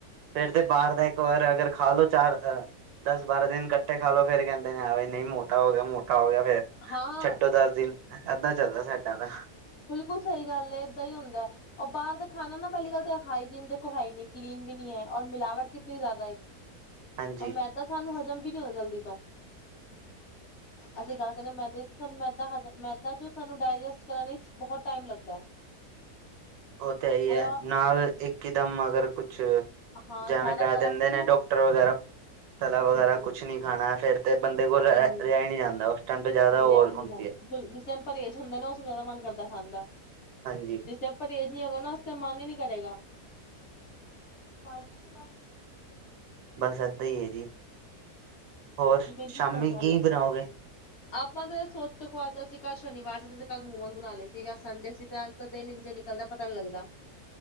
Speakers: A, on the right; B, on the left.
A: ਫਿਰ ਤੇ ਬਾਹਰ ਦਾ ਇੱਕ ਵਾਰ ਖਾ ਲਓ ਅਗਰ ਚਾਰ ਦਸ, ਬਾਰਾਂ ਦਿਨ ਇਕੱਠੇ ਖਾ ਲੋ ਫੇਰ ਕਹਿੰਦੇ ਨੇ ਆ ਵੀ ਨੀ ਮੋਟਾ ਹੋ ਗਿਆ ਮੋਟਾ ਮੋਟਾ ਗਿਆ ਫੇਰ,
B: ਹਾਂ
A: ਛੱਡੋ ਦਸ ਦਿਨ ਇਦਾਂ ਚੱਲਦਾ ਸਾਡਾ ਤਾਂ
B: ਬਿਲਕੁਲ ਸਹੀ ਗੱਲ ਐ ਇਦਾਂ ਈ ਹੁੰਦਾ ਉਹ ਬਾਰ ਦਾ ਖਾਣਾ ਨਾ ਪਹਿਲੀ ਗੱਲ ਤਾਂ ਹਾਈਜੀਨ ਦੇਖੋ ਐ ਨਹੀਂ ਕਲੀਨ ਵੀ ਨੀ ਐ ਔਰ ਮਿਲਾਵਟ ਕਿਤਨੀ ਜ਼ਿਆਦਾ
A: ਹਾਂਜੀ
B: ਔਰ ਮੈਂਦਾ ਸਾਨੂੰ ਹਜ਼ਮ ਵੀ ਨੀ ਹੋਇਆ ਜਲਦੀ ਤੋਂ ਅਸੀਂ ਗੱਲ ਕਰਦੇ ਆ ਮੈਦੇ ਦੀ ਸਾਨੂੰ ਮੈਦਾ ਹਾਜਮ ਮੈਦਾ ਜੋ ਸਾਨੂੰ ਡਾਇਜੈਸਟ ਕਰਨ ਵਿਚ' ਬਹੁਤ ਟਾਈਮ ਲੱਗਦਾ
A: ਉਹ ਤਾਂ ਇਹੀ
B: ਉਹਦਾ
A: ਏ ਨਾਲ ਇੱਕਦਮ ਮਗਰ ਕੁਛ
B: ਹਾਂ
A: ਜਾਵੇ
B: ਜ਼ਿਆਦਾ
A: ਕਹਿ
B: ਖਾ ਲਾਂਗੇ
A: ਦਿੰਦੇ
B: ਤੇ
A: ਨੇ
B: ਉਹ
A: ਡਾਕਟਰ ਵਗੈਰਾ, ਤਲਾ ਵਗੈਰਾ
B: ਜੀ ਜੀ
A: ਕੁਛ ਨਈ ਖਾਣਾ ਫੇਰ ਤੇ ਬੰਦੇ ਕੋਲ
B: ਹੂੰ
A: ਰਿਹਾ ਨੀ ਜਾਂਦਾ ਉਸ ਟਾਈਮ ਤੇ ਜ਼ਿਆਦਾ ਉਅਲ
B: ਰਿਹਾ ਹੀ ਨਹੀਂ
A: ਹੁੰਦੀ
B: ਜਾਂਦਾ
A: ਏ।
B: ਜਿਸ ਟਾਈਮ ਪਰਹੇਜ ਹੁੰਦਾ ਨਾ ਉਸ ਦਾ ਜ਼ਿਆਦਾ ਮਨ ਕਰਦਾ ਖਾਣ ਦਾ
A: ਹਾਂਜੀ।
B: ਜਿਸ ਟਾਇਮ ਪਰਹੇਜ਼ ਨੀ ਹੈਗਾ ਨਾ ਉਸ ਤੇ ਮਨ ਈ ਨੀ ਕਰੇਗਾ <unintelligible>
A: ਬਸ ਏਦਾਂ ਈ ਏ ਜੀ, ਹੋਰ
B: ਬਿਲਕੁਲ
A: ਸ਼ਾਮੀ
B: ਸਹੀ ਗੱਲ
A: ਕੀ
B: ਹੈ।
A: ਬਣਾਓਗੇ?
B: ਆਪਾਂ ਤਾਂ ਸੋਚ <unintelligible> ਅੱਜ ਅਸੀਂ ਕੱਲ੍ਹ ਸ਼ਨੀਵਾਰ ਸੀ ਤੇ ਕੱਲ੍ਹ ਮੋਮੋਜ ਬਣਾ ਲਏ ਸੀ ਸੰਡੇ ਸੀ ਤੇ ਦਿਨ ਇੰਜ ਗੱਲ ਦਾ ਪਤਾ ਨੀ ਲੱਗਦਾ